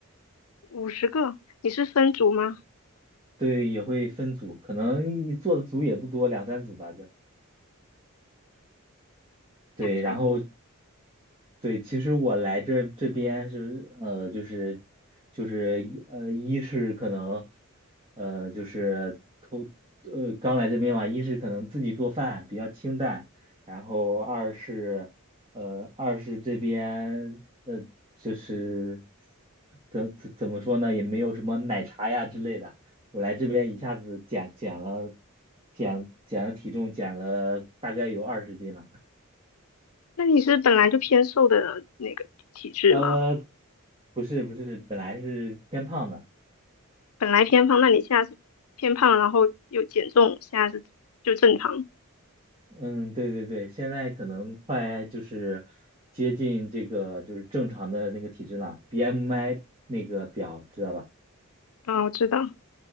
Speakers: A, on the left; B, on the right.
A: 五十个，你是分组吗？
B: 对，也会分组，可能一做的组也不多，两三组吧就。对，
A: 两三组？
B: 然后对，其实我来这这边是呃，就是就是一呃，一是可能呃，就是头呃刚来这边嘛，一是可能自己做饭比较清淡，然后二是呃二是这边呃就是怎怎怎么说呢，也没有什么奶茶呀之类的，我来这边一下子减减了减减了体重，减了大概有二十斤了。
A: 那你是本来就偏瘦的那个体质吗？
B: 呃，不是不是，本来是偏胖的，
A: 本来偏胖，那你现在是偏胖，然后又减重，现在是就正常。
B: 嗯，对对对，现在可能快就是接近这个就是正常的那个体质了，BMI 那个表知道吧？
A: 啊，我知道，